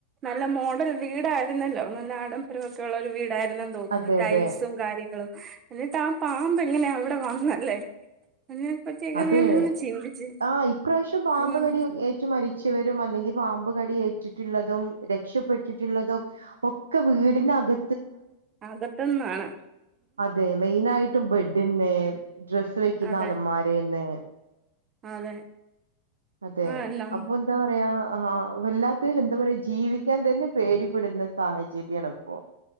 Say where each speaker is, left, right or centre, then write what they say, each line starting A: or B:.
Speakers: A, on the right; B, on the right.
A: നല്ല മോഡൽ ഉ <unintelligible> വീടായിരുന്നല്ലോ നല്ല ആഡംബരമൊക്കെ ഉള്ള ഒരു വീടായി ന്ന് തോന്നുന്നു
B: അതെ
A: ടൈൽസും
B: അതെ
A: കാര്യങ്ങളും എന്നിട്ട് ആ പാമ്പ് എങ്ങനെയാ അവിടെ വന്നല്ലേ അതിനെ പറ്റിയൊക്കെ
B: അതെ
A: ഞാൻ ഇങ്ങനെ ചിന്തിച്ച്
B: ആ ഇപ്രാവശ്യം പാമ്പ്കടി
A: ഉം
B: ഏറ്റു മരിച് ച്ചുവരും അല്ലെങ്കിപാമ്പ് കടി ഏറ്റിട്ടുള്ളതും രക്ഷപ്പെട്ടിട്ടുള്ളതും ഒക്കെ വീടിനക
A: അകത്ത് നിന്നാണ്
B: അതെ മെയിൻ ആയിട്ടും ബെഡ് ഡ്ഡിന്നെ ഡ്രസ്സ് വെക്കുന്ന
A: അതെ
B: അലമാരേന്ന്
A: അതെ
B: അതെ
A: ആ നം
B: അപ്പൊ എന്താ പറയാ ആ വല്ലാത്ത എന്താ പറയാ ജീവിക്കാൻ തന്നെ പേടിപ്പെടുന്ന സാഹചര്യാണ് ഇപ്പൊ